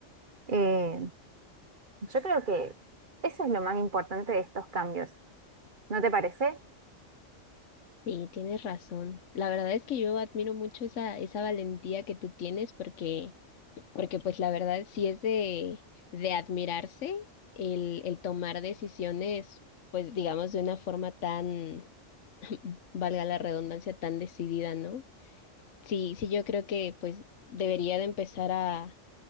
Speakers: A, on the right; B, on the left.
A: Eh, yo creo que eso es lo más importante de estos cambios, ¿no te parece?
B: Sí, tienes razón. La verdad es que yo admiro mucho esa, esa valentía que tú tienes porque, porque pues la verdad sí es de, de admirarse el, el tomar decisiones, pues digamos de una forma tan valga la redundancia, tan decidida, ¿no? Sí, sí, yo creo que pues debería de empezar a,